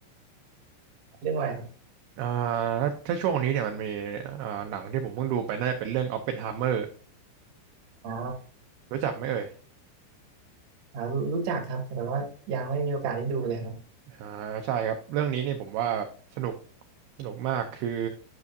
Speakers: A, on the right; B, on the right.
A: เรื่องอะไรครับ
B: อ่าถ้าถ้าช่วงนี้เนี่ยมันมีอ่าหนังที่ผมเพิ่งดูไปน่าจะเป็นเรื่อง Oppenheimer
A: อ๋อ
B: รู้จักไหมเอ่ย
A: อ่ารู้รู้จักครับแต่ว่ายังไม่มีโอกาสได้ดูเลยครับ
B: อ่าใช่ครับเรื่องนี้นี่ผมว่าแบบสนุกสนุกมากคือ